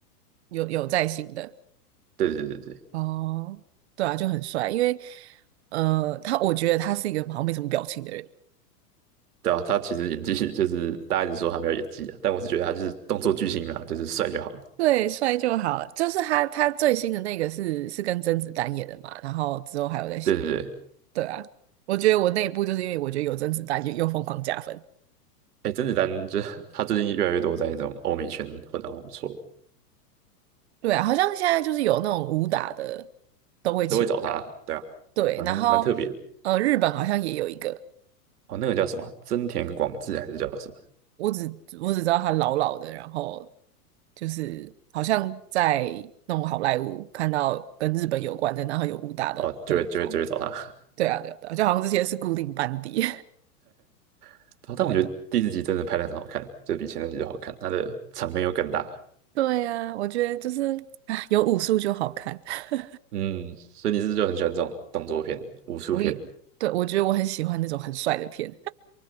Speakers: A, on the right; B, on the right.
A: 有有在新的。
B: 对对对对
A: 哦，对啊，就很帅，因为呃，他我觉得他是一个好像没什么表情的人。
B: 对啊，他其实演技 <laughs> 就是大家一直说他没有演技啊，但我是觉得他就是动作巨星啊，就是帅就好了。
A: 对，帅就好。就是他他最新的那个是是跟甄子丹演的嘛，然后之后还有在新。
B: 对对对，
A: 对啊，我觉得我那一部就是因为我觉得有甄子丹就又疯狂加分。
B: 哎，甄子丹就是 <laughs> 他最近越来越多在这种欧美圈混得很不错，
A: 对啊，好像现在就是有那种武打的都会请。
B: 都会找他。对啊，
A: 对，
B: 蛮蛮特别的。
A: 然后呃，日本好像也有一个，
B: 哦，那个叫什么啊？真田广志还是叫什么？
A: 我只我只知道他老老的，然后就是好像在那种好莱坞看到跟日本有关的，然后有武打的都有他，
B: 哦，就会就会就会找他。
A: 对啊，对啊，对啊，就好像这些是固定班底。
B: <laughs> 但我觉得第四集真的拍的很好看，
A: <laughs> 对啊，
B: 就比前三集都好看，他的场面又更大。
A: 对啊，我觉得就是啊，有武术就好看。<laughs>
B: 嗯，所以你是不是就很喜欢这种动作片、武术片？
A: 我也对，我觉得我很喜欢那种很帅的片，